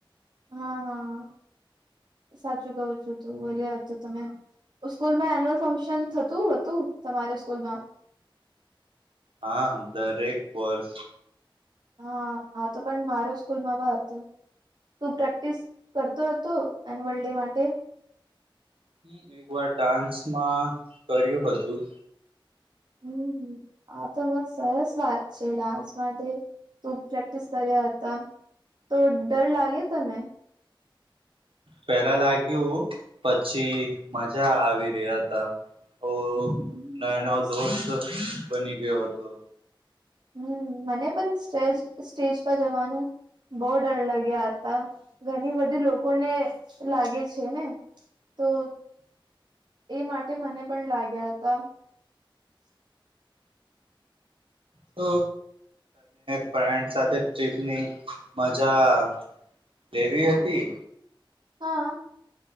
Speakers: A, on the right; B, on the right.
A: હા, હા. સાચું કવું છું તું. એટલે હતું તમે હું સ્કૂલમાં એન્યુઅલ ફંક્શન થતું હતું, તમારે સ્કૂલમાં?
B: હા, દરેક વર્ષ
A: હા, આ તો પણ મારૂ સ્કૂલમાં બ હતું. તું પ્રેક્ટિસ કરતો હતો એન્યુઅલ ડે માટે?
B: હમ, એક વાર ડાન્સમાં કર્યું હતું.
A: અમ્મ. હમ્મ. આ તો બ સરસ વાત છે ડાન્સ માટે તું પ્રેક્ટિસ કર્યા હતા. તો ડર લાગ્યો તને?
B: પેલા લાગ્યું પછી મજા આવી રહ્યા હતા. ઓ
A: હમ
B: નયા
A: સરસ
B: નવા દોસ્ત બની ગ્યો હતો.
A: હમ્મ, મને પણ સ્ટેજ સ્ટેજ પર જવાનું બહુ ડર લાગ્યા હતા ઘણી બધી લોકોને લાગે છે ને તો એ માટે મને પણ લાગ્યા હતા
B: ત ફન્ડ સાથે ટપની મજા લેવી હતી
A: હા